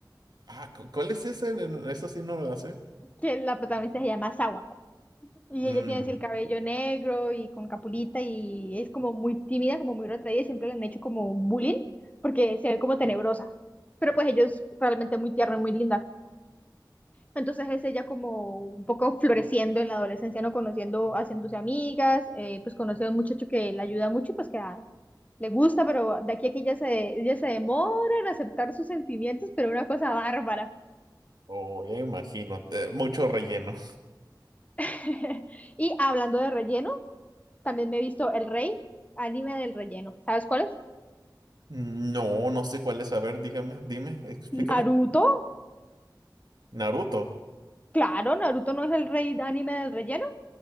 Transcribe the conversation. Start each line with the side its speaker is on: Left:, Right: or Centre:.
Right: Ah, cu- ¿cuál es ese? En- Eso sí no me la sé.
Left: que la protagonista se llama Sawa. Y
Right: Mm,
Left: ella tiene así el cabello negro y con capulita y es como muy tímida, como muy retraída y siempre le han hecho como bullying porque se ve como tenebrosa. Pero pues ella es realmente muy tierna, y muy linda. Entonces es ella como un poco floreciendo en la adolescencia, ¿no? Conociendo, haciéndose amigas, eh, pues conoce a un muchacho que le ayuda mucho y pues que a- le gusta, pero de aquí a aquí ella se, ella se demora en aceptar sus sentimientos, pero una cosa bárbara.
Right: oh, ya imagino, te- mucho relleno.
Left: <laughs> y hablando de relleno, también me he visto El Rey, anime del relleno. ¿Sabes cuál es?
Right: Mm, No, no sé cuál es, a ver, dígame, dime, explícame.
Left: Naruto.
Right: Naruto.
Left: Claro, Naruto no es el rey de anime del relleno.